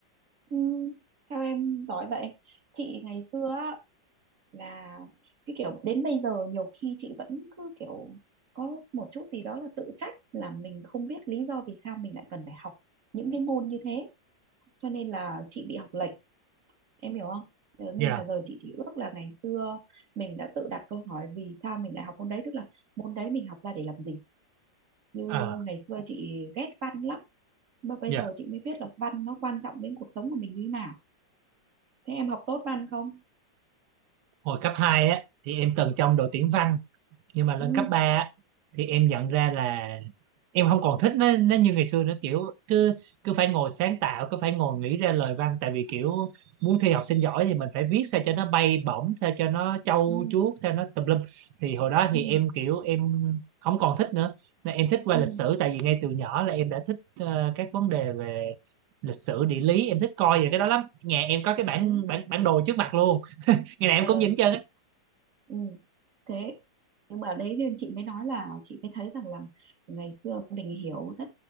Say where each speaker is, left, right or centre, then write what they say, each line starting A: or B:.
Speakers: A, on the right; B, on the right.
A: Ừ, sao em giỏi vậy? Chị ngày xưa á, là cái kiểu đến bây giờ nhiều khi chị vẫn cứ kiểu có một chút gì đó là tự trách là mình không biết lý do vì sao mình lại cần phải học những cái môn như thế. Cho nên là chị bị học lệch, em hiểu không? Thế Nên
B: dạ
A: là giờ chị chỉ ước là ngày xưa mình đã tự đặt câu hỏi vì sao mình lại học môn đấy, tức là môn đấy mình học ra để làm gì. Như
B: ờ
A: ngày xưa chị ghét văn lắm mà bây
B: dạ
A: giờ chị mới biết là văn nó quan trọng đến cuộc sống của mình như thế nào thế em học tốt văn không
B: hồi cấp 2 á thì em từng trong đội tuyển văn nhưng mà lên
A: ừ
B: cấp 3 á, thì em nhận ra là em không còn thích nó nó như ngày xưa nữa kiểu cứ cứ phải ngồi sáng tạo cứ phải ngồi nghĩ ra lời văn tại vì kiểu muốn thi học sinh giỏi thì mình phải viết sao cho nó bay bổng sao cho nó trâu
A: ừ
B: chuốt sao nó tùm lum thì hồi đó
A: ừ
B: thì em kiểu em không còn thích nữa nên em thích qua
A: ừ
B: lịch sử tại vì ngay từ nhỏ là em đã thích ờ, các vấn đề về lịch sử địa lý em thích coi về cái đó lắm nhà em có cái bản
A: đúng
B: bản bản đồ trước mặt luôn ngày nào
A: ờ
B: em cũng nhìn hết trơn á
A: ừ thế nhưng mà đấy nên chị mới nói là chị mới thấy rằng là ngày xưa mình hiểu rất